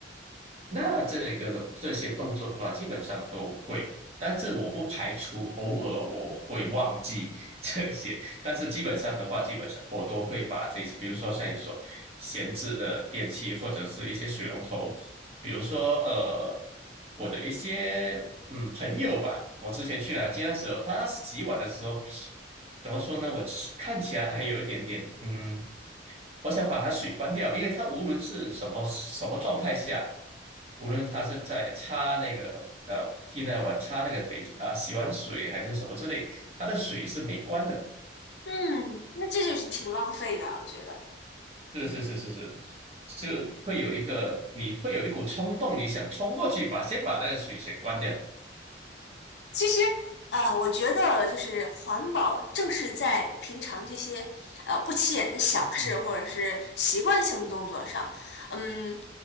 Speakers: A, on the right; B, on the left.
A: 那这个这些动作的话，基本上都会，但是我不排除偶尔我会忘记 <laughs> 这些，但是基本上的话，基本上我都会把这些，比如说像你说闲置的电器或者是一些水龙头，比如说呃我的一些嗯朋友吧，我之前去他家的时候，他洗碗的时候怎么说呢？我其看起来还有一点点嗯。我想把它水关掉，因为它无论是什么什么状态下，无论它是在擦那个呃替那碗擦那个肥啊、洗完水还是什么之类，它的水是没关的，
B: 嗯，那这就是挺浪费的，我觉得。
A: 是是是是是，就会有一个你会有一股冲动，你想冲过去把先把那个水先关掉，
B: 其实，呃，我觉得就是环保，正是在平常这些呃不起眼的小事或者是习惯性动作上，
A: 嗯嗯
B: 嗯，